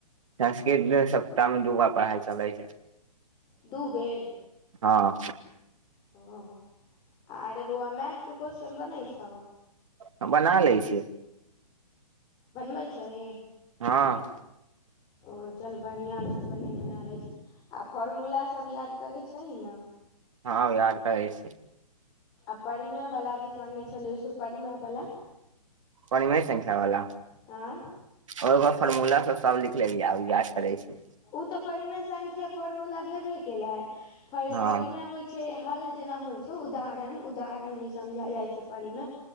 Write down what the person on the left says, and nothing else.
दुबेर
अ अरे बौआ मैथ के कोसचन बनै छौ
बनबै छहि
ओ चल बड़िया छौ भने बना लै छहि आ फॉरमुला सब याद करै छहि ने
आ परिमेबला जे कहने छलियै से परिमेबला
हँ
उ तऽ परिमय संख्या फॉर्मूला भेबे केलै फर
परिमय होय छै, हल जेना होय छो उदाहरण, उदाहरण मे समझल जाय छै परिमेय